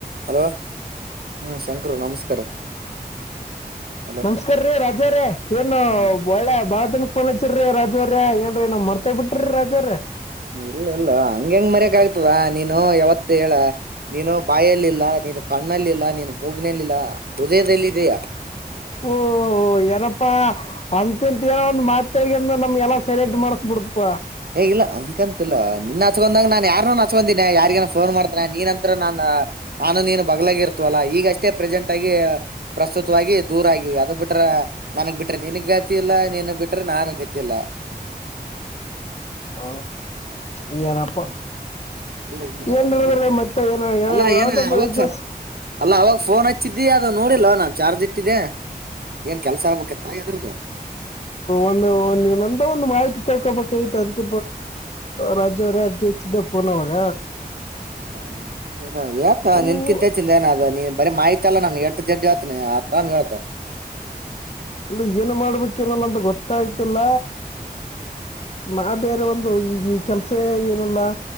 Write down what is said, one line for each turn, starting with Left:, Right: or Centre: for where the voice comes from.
Right: hello ಹಾ ಶಂಕರು ನಮಸ್ಕಾರ hello
Left: ನಮಸ್ಕಾರ ರೀ ರಾಜಾ ರ ಏನು
Right: ಹ್ಮ್
Left: ಒಳ್ಳೆ ಬಾಳ ದಿನಕ್ ಫೋನ್ ಹಚ್ಚೇರು ೀ ರಾಜು ಅವರೇ ಏನ್ರಿ ನಾವ್ ಮರ್ತೆ ಬಿಟ್ರೆ ರಾಜು ಅವರ
Right: ಇಲ್ಲ ಇಲ್ಲ ಹಂಗಗೆ ಹೆಂಗ್ ಮರ್ಯಕ್ ಆಗ್ತದ ನೀನು ಯಾವತ್ತ ಹೇಳ ನೀನು ಬಾಯಲ್ಲಿ ಇಲ್ಲ ನೀನು ಕಣ್ಣಲ್ಲಿಲ್ಲಾ ನೀನು ಮೂಗಿನಲ್ಲಿಲ್ಲ ಹೃದಯದದಲ್ಲಿದಯಾ
Left: ಓೋ ಯಾರಪ್ಪಾ ಅಂತಂತ ಏನ ಒಂದು ಮಾತಾಡಗ ಅಂದ ನಮ್ಗೆಲ್ಲ ಸರೆಲೆಂಟ್ ಮಾಡಸ್ಬ ಬಿಡತಪಾ
Right: ಹೇಗಿಲ್ಲಾ ಅಂಕಂತಿಲ್ಲಾ ನಿನ್ ಹಚ್ಕಂದಂಗ ನಾನ್ ಯಾರು ಹಚ್ಕಂದಿನನೆ ಯಾರಿಗನ ಫೋನ್ ಮಾಡ್ತೇನೆ ನೀನ್ಂತ್ರ ನಾನ ಆನಂದ ಏನು ಬಗ್ಲಾಗಿರ್ತವ ಅಲ್ಲ ಈಗ ಅಷ್ಟೇ ಪ್ರೆಸೆಂಟ್ ಆಗಿ ಪ್ರಸ್ತುತವಾಗಿ ದೂರ ಆಗವಿ ಅದ ಬಿಟ್ಟ ಬಿಟ್ರ ನನ್ಗ್ ಬಿಟ್ರೆ ನನ್ಗ್ ಗತಿ ಇಲ್ಲಾ ನೀನ್ಗ್ ಬಿಟ್ರೆ ನನ್ಗ್ ಗತಿ ಇಲ್ಲ
Left: ಹ ಈಏನಪ್ಪ
Right: ಇಲ್ಲ ಇಲ್ಲ
Left: ಏನ್
Right: ಹಂಗೆ
Left: ಮತ್ತೆ ಏನುಏ ಯಾವ್ದಪ್ಪ
Right: ಅಲ್ಲ ಏನ ಅವಾಗ
Left: ವಿಜ್ಞಸ್
Right: ಅಲ್ಲ ಅವಾಗ ಫೋನ್ ಹಚ್ಚಿದ್ದಿ ಅದು ನೋಡಿಲ್ವಾ ನಾನ್ ಚಾರ್ಜ್ ಇಟ್ಟಿದ್ದೆ ಏನ್ ಕೆಲ್ಸ ಆಗ್ಬೇಕಿತ್ತ ಎದ್ರದ
Left: ಒಂತ ಒಂದು ಮಾಹಿತಿ ಕಳ್ಕೊಬಾಗಿತ ಅದ್ಕ ರಾಜು ಅವ್ರೇ ಅದ್ಕ್ಕೆ ಹೆಚ್ಚಿದ್ದೆ ಪಫೋನ್ ಅವಾಗ
Right: ಹೌದ ಇಲ್ಲ
Left: ಹ್ಮ್,
Right: ನಿನ್ ಕಿಂತ ಚಿಂದ ಏನ ಅದ ನೀನ್ ಬರಿ ಮಾಹಿತಲ್ಲ ನನ್ ಜಡ್ಡಿ ಆತ ಆತನಾಗತ್ತ
Left: ಅ ಏನು ಮಾಡ್ಬೇಕನಲ್ಲಂತ ಗೊತ್ತಾಯ್ತಿಲ್ಲ ಮಾ ಬೇರೆ ಒಂದು ಈಗ ಕೆಲ್ಸ ಏನಲ್ಲ